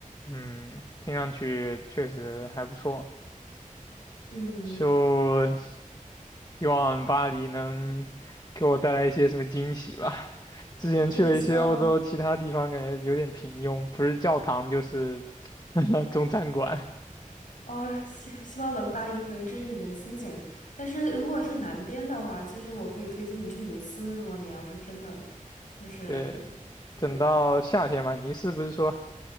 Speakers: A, on the left; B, on the left.
A: 嗯，听上去确实还不错，
B: <laughs> 嗯。
A: 就希望巴黎能给我带来一些什么惊喜吧。之前去了一些欧洲其他地方，
B: 对，希望
A: 感觉有点平庸，不是教堂就是 <laughs> 中餐馆。
B: 哦，希希望能巴黎能治愈你的心情。但是如果是南边的话，其实我可以推荐你去尼斯，如果你要是真的，就是
A: 对，等到夏天嘛，
B: 对，
A: 你是不是说